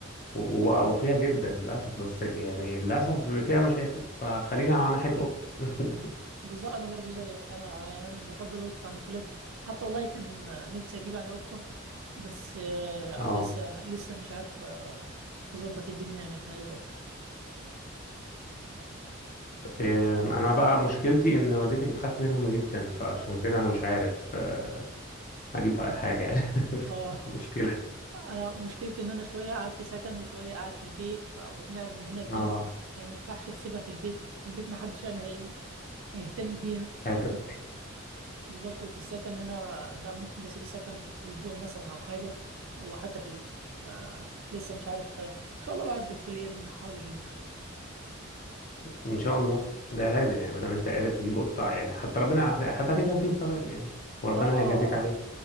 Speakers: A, on the left; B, on the right.
A: و... ووفيه جدا للاسف بس يعني للاسف فيها مشاكل فخلينا على ناحيه القطط <laughs>
B: بالظبط انا برضو زيك انا يعني انا بفضل القطط عن الكلاب حتى والله كان آه، نفسي اجيب يعني قطة بس آه،
A: اه
B: لسه لسه مش عارف آه، اظبط الدنيا يعني عشان اجيب قطة
A: إيه، انا بقى مشكلتي ان والدتي بتخاف منهم جدا فعشان كده انا مش عارف آه، اجيب حاجه <laughs>
B: اه
A: مشكله
B: انا مشكلتي ان انا شويه قاعد في سكن وشويه قاعد في البيت فبتنقل من هنا لهنا
A: اه
B: ف- فما ينفعش اسيبها في البيت في البيت ما حدش انا هي... هيهتم بيها
A: هت-
B: و- بالظبط وفي السكن هنا بقى ممكن بسيب السكن اسبوع مثلا او حاجه او حتى في ال... آه... لسه مش عارف آه، ان شاء الله بعد الكليه إن أنا احاول اجيب <laughs>
A: ان شاء الله ده لازم يعني ما دام انت قادر تجيب قطه يعني حتى ربنا حتى هتكسب فيه بثواب يعني وربنا
B: اه
A: هيجازيك عليه